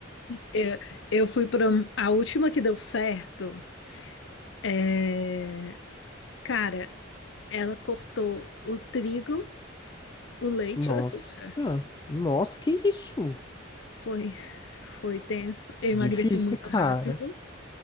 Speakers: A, on the left (about 70°); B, on the left (about 20°).
A: Eu, eu fui para a última que deu certo. é, Cara, ela cortou o trigo, o leite
B: Nossa,
A: e o açúcar.
B: nossa, que isso?
A: Foi, foi tenso. Eu emagreci
B: Difícil,
A: muito
B: cara.
A: rápido.